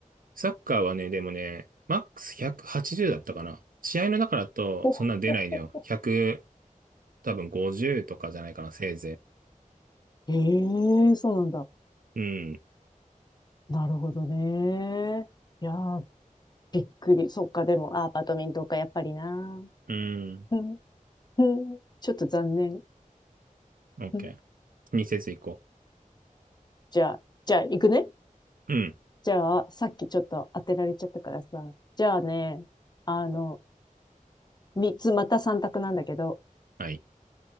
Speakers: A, on the right; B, on the left.
A: サッカーはね、でもね、マックス180だったかな。試合の中だとそんな出ないのよ。
B: ほほ
A: 100、多分50とかじゃないかな、せいぜ
B: ええー、そうなんだ。
A: い。うん。
B: なるほどね。いやーびっくり。そっか、でも、あー、バドミントンか、やっぱりな。
A: うん。
B: うんうんちょっと残念。
A: OK。
B: うん
A: 気にせず行こ
B: じゃあ、じゃあ、行くね。
A: う。うん。
B: じゃあ、さっきちょっと当てられちゃったからさ。じゃあね、あの、三つ、また三択なんだけど、
A: はい。